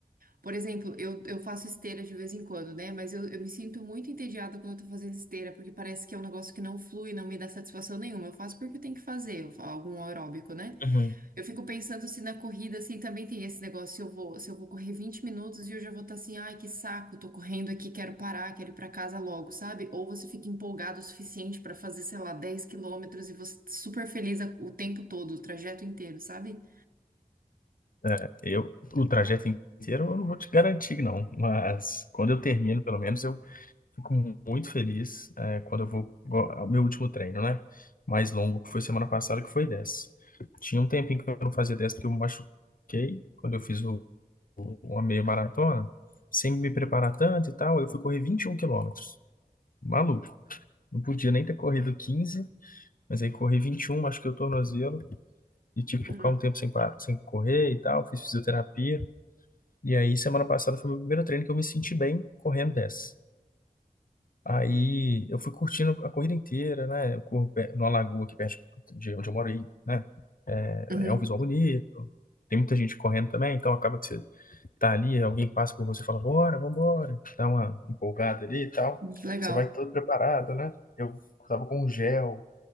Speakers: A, on the right; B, on the left.
A: Por exemplo, eu, eu faço esteira de vez em quando, né? Mas eu, eu me sinto muito entediada quando eu tô fazendo esteira, porque parece que é um negócio que não flui, não me dá satisfação nenhuma. Eu faço porque eu tenho que fazer, eu faço algum aeróbico, né?
B: Uhum.
A: Eu fico pensando se na corrida, assim, também tem esse negócio, se eu vou, se eu vou correr 20 minutos e eu já vou estar assim, ai, que saco, tô correndo aqui, quero parar, quero ir pra casa logo, sabe? Ou você fica empolgado o suficiente pra fazer, sei lá, dez quilômetros e você tá super feliz a- o tempo todo, o trajeto inteiro, sabe?
B: É, eu, o trajeto inteiro eu não vou te garantir, não. Mas quando eu termino, pelo menos, eu Fico muito feliz é, quando eu vou. O meu último treino, né? Mais longo, que foi semana passada, que foi 10. Tinha um tempinho que eu não fazia 10 porque eu me machuquei quando eu fiz o- uma meia maratona, sem me preparar tanto e tal. Eu fui correr 21 quilômetros. Maluco. Não podia nem ter corrido 15, mas aí corri 21, machuquei o tornozelo e tive que
A: Uhum.
B: ficar um tempo sem, parar, sem correr e tal. Fiz fisioterapia. E aí, semana passada foi o meu primeiro treino que eu me senti bem correndo 10. Aí eu fui curtindo a corrida inteira, né? Eu corro pe- numa lagoa aqui perto de onde eu moro aí, né?
A: Uhum.
B: É um visual bonito, tem muita gente correndo também, então acaba que você tá ali, alguém passa por você e fala, bora, vambora, dá uma empolgada ali e tal.
A: Que legal.
B: Você vai todo preparado, né? Eu tava com um gel